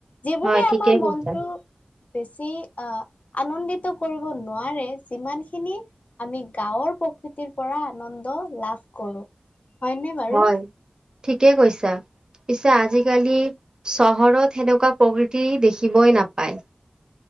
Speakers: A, on the left (about 65°); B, on the right (about 30°).
A: যিবোৰে
B: হয় ঠিকেই
A: আমাৰ মনটো
B: কৈছা
A: বেছি আ, আনন্দিত কৰিব নোৱাৰে যিমানখিনি আমি গাঁৱৰ প্ৰকৃতিৰ পৰা আনন্দ লাভ কৰো হয়নে বাৰু।
B: হয় ঠিকেই কৈছা। পিছে আজিকালি চহৰত সেনেকুৱা প্ৰকৃতি দেখিবই নাপায়।